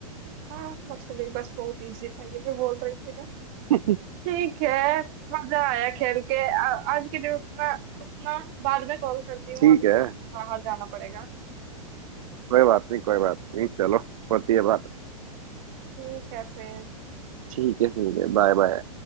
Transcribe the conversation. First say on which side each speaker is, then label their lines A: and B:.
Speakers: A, on the right; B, on the right.
A: हाँ मछली बस बहुत इजी था ये मैं बोल रही थी ना
B: <laughs>
A: ठीक है मजा आया खेल के आ, आज के लिए उतना उतना बाद में कॉल करती हूँ
B: ठीक
A: अभी
B: है
A: थोड़ा मुझे बाहर जाना पड़ेगा
B: कोई बात नहीं कोई बात नहीं चलो होती है बात
A: ठीक है फिर
B: ठीक है ठीक है बाय बाय